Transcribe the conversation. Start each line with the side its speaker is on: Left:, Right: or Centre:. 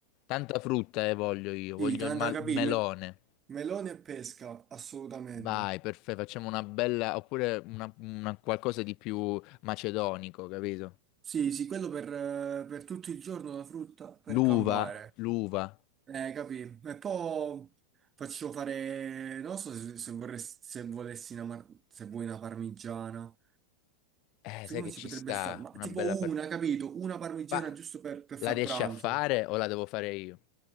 Left: Tanta frutta eh, voglio io,
Right: sì,
Left: voglio
Right: tanto
Left: il, mal-
Right: da capire,
Left: il melone.
Right: me- melone e pesca, assolutamente.
Left: Vai, perfetto, facciamo una bella, oppure una, una qualcosa di più macedonico, capito?
Right: Sì, sì, quello per, eh, per tutto il giorno la frutta, per
Left: L'uva,
Right: campare.
Left: l'uva.
Right: Eh, capì? E poi faccio fare, non so se, se vorresti, se volessi una, mar- se vuoi una parmigiana.
Left: Eh,
Right: Secondo
Left: sai che
Right: me
Left: ci
Right: ci potrebbe
Left: sta,
Right: stare, ma tipo
Left: una bella... par-
Right: una, capito? Una parmigiana
Left: Ma
Right: giusto per, per
Left: la
Right: far
Left: riesci
Right: pranzo.
Left: a fare o la devo fare io?